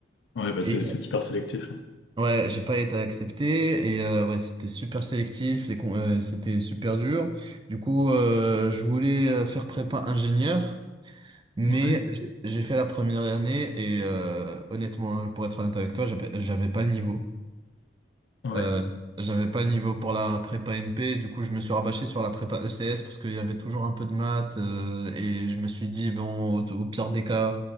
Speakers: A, on the left; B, on the right.
A: Ouais, bah c'est
B: Et
A: c'est super sélectif. hein.
B: ouais, j'ai pas été accepté et euh, ouais, c'était super sélectif, les con- euh, c'était super dur. Du coup, euh, je voulais euh, faire prépa ingénieur, mais
A: Ouais,
B: j'ai j'ai fait la première année et euh, honnêtement, pour être honnête avec toi, j'avais j'avais pas le niveau.
A: ouais.
B: Euh, j'avais pas le niveau pour la prépa MP, du coup je me suis rabâché sur la prépa ECS parce qu'il y avait toujours un peu de maths euh, et je me suis dit bon au, au pire des cas